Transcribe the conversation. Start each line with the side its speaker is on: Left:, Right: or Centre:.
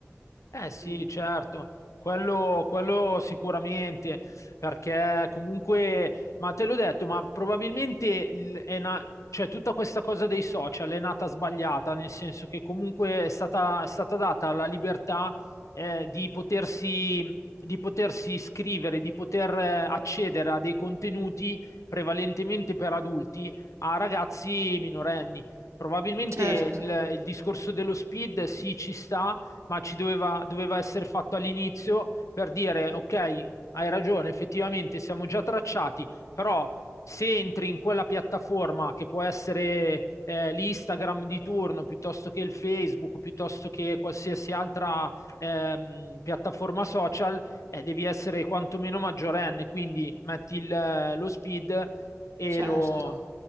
Left: Eh sì,
Right: Mm,
Left: certo, quello, quello sicuramente, perché comunque, ma te l'ho detto, ma probabilmente il- è na- cioè, tutta questa cosa dei social è nata sbagliata, nel senso che comunque è stata, è stata data la libertà eh, di potersi, di potersi iscrivere, di poter eh, accedere a dei contenuti prevalentemente per adulti a ragazzi minorenni. Probabilmente
Right: Certo,
Left: il, il discorso dello speed sì ci sta ma ci doveva, doveva essere fatto all'inizio per dire, ok, hai ragione, effettivamente siamo già tracciati, però se entri in quella piattaforma che può essere eh, l'Instagram di turno piuttosto che il Facebook, piuttosto che qualsiasi altra ehm, piattaforma social, eh, devi essere quantomeno maggiorenne, quindi metti il- eh, lo speed e
Right: certo.
Left: lo...